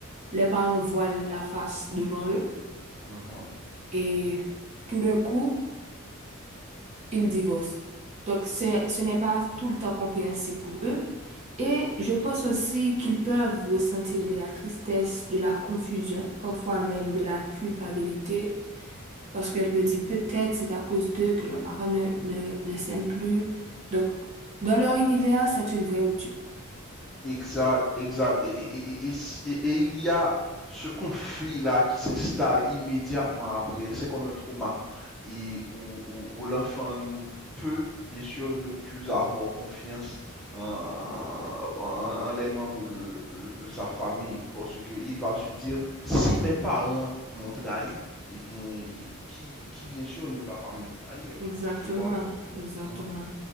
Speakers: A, on the right; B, in the centre.
A: les parents voient la face devant eux
B: mhm, mhm.
A: et tout d'un coup, ils divorcent. Donc c'est- ce n'est pas tout le temps compréhensible pour eux. Et je pense aussi qu'ils peuvent ressentir de la tristesse, de la confusion, parfois même de la culpabilité, parce qu'elle me dit peut-être c'est à cause d'eux que leurs parents ne, ne, ne s'aiment plus. Donc dans leur univers, c'est une vraie rupture.
B: Exact, exact. Et, et- et- et- et s- et- et il y a ce conflit-là qui s'installe immédiatement après. C'est comme un trauma et, où, où- où l'enfant peut, bien sûr, ne plus avoir confiance en, en- en les membres de, de- de sa famille parce qu'il va se dire, si mes parents m'ont trahi, eh bien, qui, qui bien sûr ne va pas me trahir,
A: Exactement,
B: tu vois?
A: exactement,
B: Mhm.